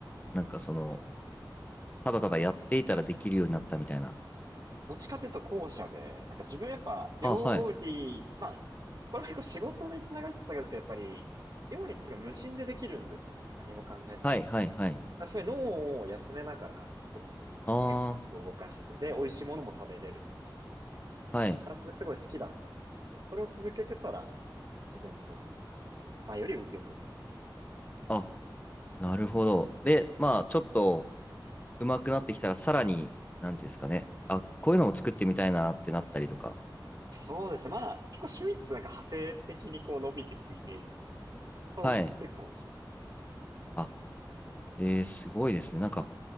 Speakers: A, on the left; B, on the right.
A: なんかその、ただただやっていたらできるようになったみたいな。
B: どっちかというと後者で、なんか自分やっぱ料理、
A: あ、はい。
B: まあ、これも結構仕事につながるっちゃつながるんですけど、やっぱり料理ってすごい無心でできるんですよね。何も考えずに。だか
A: はい、はい、はい。
B: らすごい脳を休めながら結構手を動かして、
A: あ
B: で、美味しいものも食べれるみたいな
A: あ、はい。
B: 感じですごい好きだったので、なんかそれを続けてたら、なんか自然と、まあより良くなる。
A: あ、なるほど。で、まあ、ちょっと上手くなってきたら、さらに、なんていうんですかね。あ、こういうのも作ってみたいなってなったりとか。
B: そうですね。まあ、結構趣味ってなんか派生的にこう伸びていくイメージなんで。それかもしれない
A: はい。あ、えー、すごいですね。なんか、